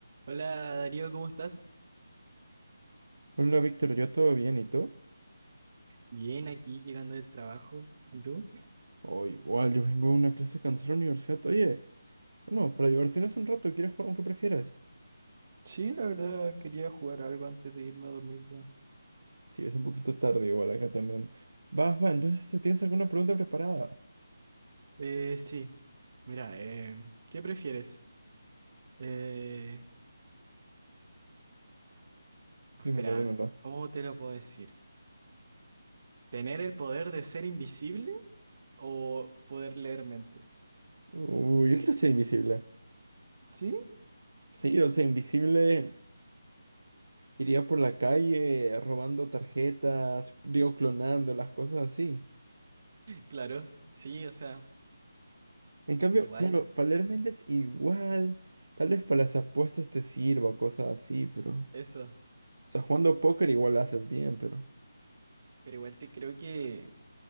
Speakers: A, on the right; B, on the right.
A: Hola Darío, ¿cómo estás?
B: Hola Víctor, ¿yo todo bien? ¿Y tú?
A: Bien, aquí llegando del trabajo. ¿Y tú?
B: Oh, igual, yo vengo a una clase cansada de la universidad. Oye, no, para divertirnos un rato, ¿quieres jugar aunque prefieras?
A: Sí, la verdad quería jugar algo antes de irme a dormir ya.
B: Sí, es un poquito tarde igual acá también. Va, va, entonces, ¿te ¿tienes alguna pregunta preparada?
A: Eh, sí, mira, eh, ¿qué prefieres? Eh, espera,
B: Dímelo, dímelo.
A: ¿cómo te lo puedo decir? ¿Tener el poder de ser invisible o poder leer mentes? <laughs>
B: Uy, yo quiero ser invisible.
A: ¿Sí?
B: Sí, o sea, invisible iría por la calle robando tarjetas, digo, clonando las cosas así.
A: Claro, sí, o sea,
B: En cambio,
A: igual,
B: claro, para leer mentes igual. Tal vez para las apuestas te sirva, cosas así, pero...
A: eso.
B: sea, jugando póker igual lo haces bien, pero...
A: Pero igual te creo que